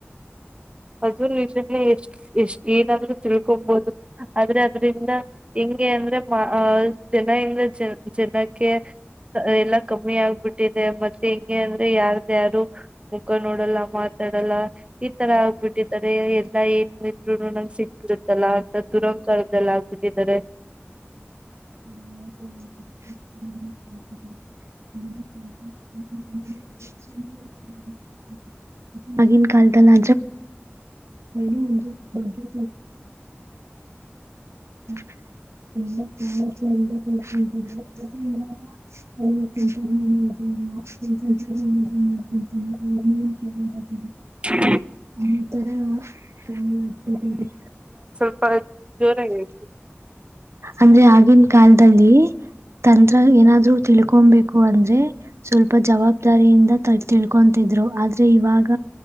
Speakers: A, on the right (about 25°); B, on the right (about 80°).
A: ಅದು ನಿಜ ಎಷ್ಟು ಎಷ್ಟು ಏನಾದ್ರೂ ತಿಳ್ಕೊಬೋದು ಆದ್ರೆ ಅದ್ರಿಂದ ಹೆಂಗೆ ಅಂದ್ರೆ ಮಾ ಜನ ಇಂದ ಜ ಜನಕ್ಕೆ ಎಲ್ಲಾ ಕಮ್ಮಿ ಆಗ್ಬಿಟ್ಟಿದೆ ಮತ್ತೆ ಹಿಂಗೆ ಅಂದ್ರೆ ಯಾರ್ದ ಯಾರು ಮುಖ ನೋಡಲ್ಲ ಮಾತಾಡಲ್ಲ ಈ ತರ ಆ ಗ್ಬಿಟ್ಟಿದ್ದಾರೆ ಎಲ್ಲಾ ಏನ್ ಇದಿದ್ರುನು ನಂಗೆ ಸಿಗ್ಬಿಡುತ್ತಲ್ಲ ಅಂತ ದುರಂಕಾರದಲ್ಲಿ ಆಗ್ಬಿಟ್ಟಿದ್ದಾರೆ
B: ಹ <inaudible> ಆಗಿನ ಕಾಲದಲ್ಲಿ ಆದ್ರೆ <unintelligible> <unintelligible> <unintelligible> <inaudible>
A: ಹ <unintelligible>
B: ಒಂತರ <unintelligible>
A: ಹಾಯ್ ಜೋರಾಗ್ ಹೇಳ್ತೀರಾ
B: ಅಂದ್ರೆ ಆಗಿನ ಕಾಲದಲ್ಲಿ ತಂತ್ರ ಏನಾದ್ರು ತಿಳ್ಕೊಂಬೇಕು ಅಂದ್ರೆ ಸ್ವಲ್ಪ ಜವಾಬ್ದಾರಿಯಿಂದ ತ ತಿಳ್ಕೊತಿದ್ರು ಆದ್ರೆ ಇವಾಗ